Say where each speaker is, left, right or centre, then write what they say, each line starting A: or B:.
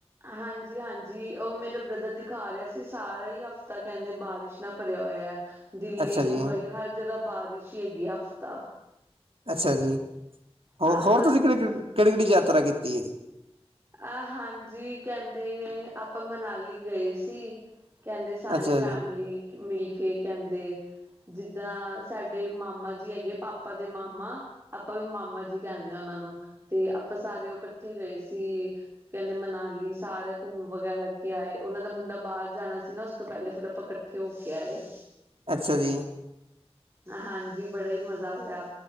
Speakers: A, on the right; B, on the right.
A: ਹਾਂਜੀ-ਹਾਂਜੀ, ਉਹ ਮੇਰਾ ਬ੍ਰਦਰ ਦਿਖਾ ਰਿਹਾ ਸੀ। ਸਾਰਾ ਹੀ ਹਫ਼ਤਾ ਕਹਿੰਦੇ ਬਾਰਿਸ਼, ਨਾਲ ਭਰਿਆ ਹੋਇਆ। ਦਿੱਲੀ,
B: ਅੱਛਾ ਜੀ,
A: ਮੁੰਬਈ ਹਰ ਜਗਾ ਬਾਰਿਸ਼ ਹੀ ਹੈਗੀ ਆ, ਹਫ਼ਤਾ।
B: ਅੱਛਾ ਜੀ, ਹੋ
A: ਹਾਂ
B: ਹੋਰ
A: ਹਾਂਜੀ
B: ਤੁਸੀਂ ਕਿੜੀ ਕਿਹੜੀ- ਕਿਹੜੀ ਯਾਤਰਾ ਕੀਤੀ ਹੈ ਜੀ।
A: ਆਹ ਹਾਂਜੀ, ਕਹਿੰਦੇ ਆਪਾਂ ਮਨਾਲੀ ਗਏ ਸੀ। ਕਹਿੰਦੇ ਸਾਰੀ
B: ਅੱਛਾ
A: ਫੈਮਲੀ
B: ਜੀ,
A: ਮਿਲ ਕੇ ਕਹਿੰਦੇ। ਜਿੱਦਾਂ ਸਾਡੇ ਮਾਮਾ ਜੀ ਹੈਗੇ ਆ। ਪਾਪਾ ਦੇ ਮਾਮਾ ਆਪਾਂ ਵੀ ਮਾਮਾ ਜੀ ਕਹਿੰਦੇ ਹਾਂ ਉਹਨਾਂ ਨੂੰ, ਤੇ ਆਪਾਂ ਸਾਰੇ ਉਹ ਇਕੱਠੇ ਗਏ ਸੀ। ਜੀ ਕਹਿੰਦੇ, ਮਨਾਲੀ ਸਾਰਾ ਘੁੰਮ ਵਗੈਰਾ ਕੇ ਆਏ, ਉਹਨਾਂ ਦਾ ਮੁੰਡਾ ਬਾਹਰ ਜਾਣਾ ਸੀ ਨਾ। ਉਸ ਤੋਂ ਪਹਿਲੇ ਫੇਰ ਆਪਾਂ ਕੱ- ਕੇ ਹੋ ਕੇ ਆਏ,
B: ਅੱਛਾ ਜੀ।
A: ਹਾਂਜੀ ਬੜਾ ਹੀ। ਮਜ਼ਾ ਆਇਆ,